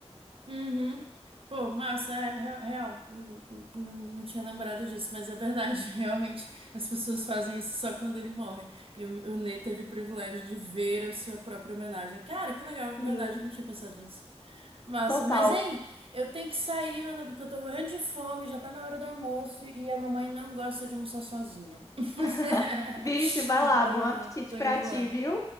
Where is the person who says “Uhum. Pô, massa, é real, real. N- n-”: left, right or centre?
Right